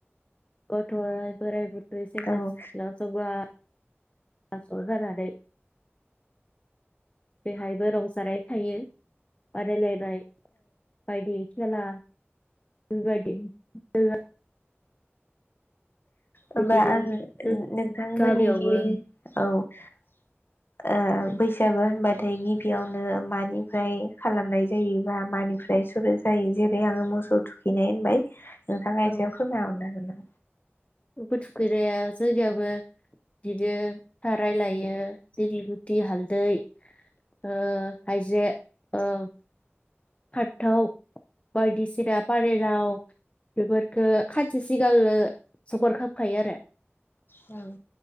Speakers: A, on the left; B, on the left.
A: गथ'आ‌ बोराइ बुर रै सेंग्रा
B: औ
A: सिख्ला जौगा बा ज' जानानै बेहायबो रंजानाय थायो बादायलायनाय बायदि खेला बायदि <unintelligible>
B: होमबा
A: बिदिनो
B: आङो
A: जों
B: नोंथांमोननिखि
A: गामियावबो
B: औ ओ बैसागु होनबाथाय गिबियावनो मानिफ्राय खालामनाय जायोबा मानिफ्राय सुरु जायो जेरै आङो मोसौ थुखैनाय होनबाय नोंथाङा
A: औ
B: एसे फोरमायहरनो हागोन ना
A: थुखैनाया जोंनियाबो बिदिनो रायलायो जेरैनि थि हालदै ओ हायजें ओं फानथाव बायदिसिना फानिलाव बेफोरखो खानसे सिगांनो जगार खालामखायो आरो
B: औ